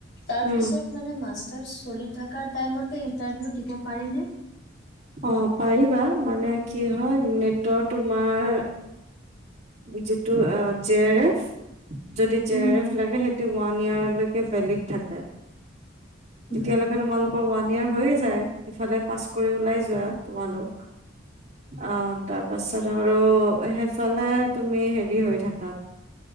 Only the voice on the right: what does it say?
উম
অ পাৰিবা মানে কি হয় নেটৰ তোমাৰ যিটো জে আৰ এফ যদি জে
আৰ এফ লাগে সেইটো ওৱান ইয়েৰলৈকে ভেলিড থাকে। থাকে।
তেতিয়ালগে তোমালোক ওৱান ইয়াৰ হৈয়ে যায় ইফালে পাছ কৰি ওলাই য যোৱা তোমালোক। অ তাৰ পাছত আৰু ইফালে তুমি হেৰি হৈ থাকা